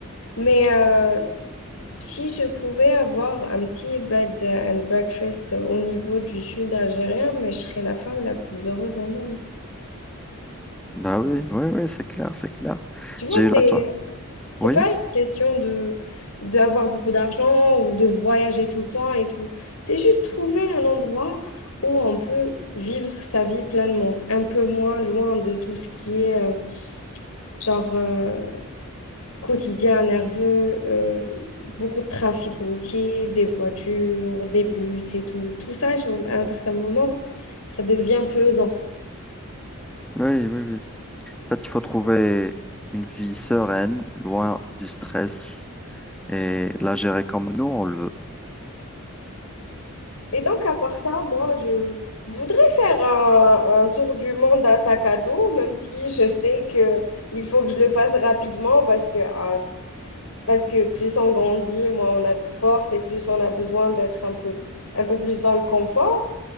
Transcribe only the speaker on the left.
mais euh, Si je pouvais avoir un petit bed and breakfast au niveau du sud algérien, mais je serais la femme la plus heureuse au monde.
Tu vois,
c'est
c'est
pas une question de d'avoir beaucoup d'argent ou de voyager tout le temps et tout. C'est juste trouver un endroit où on peut vivre sa vie pleinement, un peu moins loin de tout ce qui est euh, genre euh, quotidien nerveux, euh, beaucoup de trafic routier, des voitures, des bus et tout. Tout ça, sur- à un certain moment, ça devient pesant.
Et donc, à part ça, moi, je voudrais faire un, un tour du monde à sac à dos, même si je sais que il faut que je le fasse rapidement parce que, ah, parce que plus on grandit, moins on a de force et plus on a besoin d'être un peu, un peu plus dans le confort.